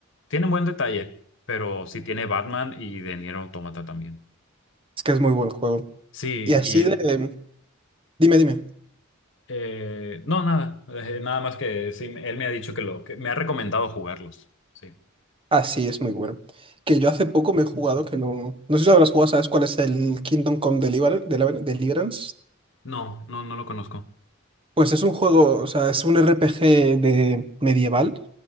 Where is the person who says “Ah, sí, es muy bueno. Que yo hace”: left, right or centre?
Right